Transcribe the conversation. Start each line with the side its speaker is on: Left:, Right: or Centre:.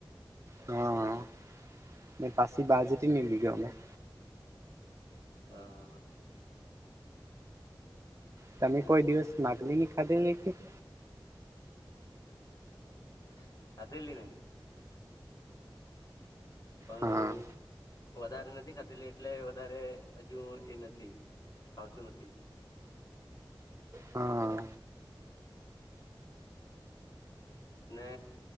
Right: હા મે <unintelligible> બારજથીની <unintelligible>
Left: હા.
Right: તમે
Left: ને
Right: કોઈ દિવસ <unintelligible> <unintelligible>
Left: <unintelligible> પણ
Right: હા
Left: વધારે નથી. ખાધેલી એટલે વધારે હજુ એ નથી આવતું નથી.
Right: હા.
Left: ને